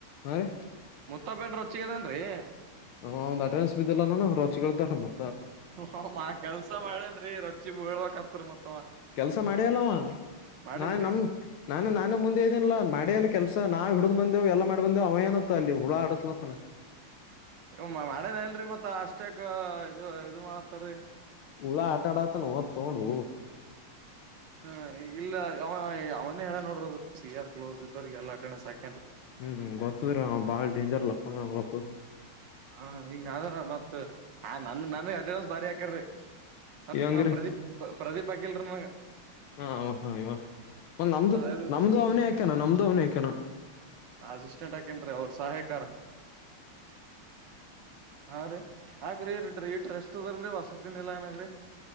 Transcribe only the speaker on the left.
ಹಾ ರೀ
ಹ್ ಒ ಅಡ್ರೆನ್ಸ್ ಬಿದ್ದಲ್ಲ ನು ರೋಚಿಗಿ ಏಳತನ ರಿ
ಕೆಲ್ಸ ಮಾಡ್ಯಲ್ಲವಾ
ನಾನ ನಮ ನಾನು ನಾನು ಮುಂದೆ ಇದ್ದನಿಲ್ಲ ಮಾಡ್ಯ ಕೆಲ್ಸಾವ ಹಿಡಿದ್ ಬಂದೆವು ಎಲ್ಲ ಮಾಡ ಬಂದೆವು ಅವ ಏನತ್ತ ಅಲ್ಲಿ ಹುಳ ಆಡಸ್ಲತ್ತನ
ಹುಳ ಆಟ ಆಡತ ನೋದ ತೊಂದು
ಹ್ಮ್ ಗೊತ್ತದ್ರಿ ಬಾಳ್ ಡೇಂಜರ್ ಲಗ್ತಂಗ ಗೊತ್ತು
ಇವಂಗ್ರಿ
ಹಾ ಹ ಇವ ಒ ನಮ್ದು
ನಮ್ದು ಅವ್ನೇ ಆಯ್ಕಾನ ನಮ್ದು ಅವ್ನೇ ಆಯ್ಕಾನಣ
ಹ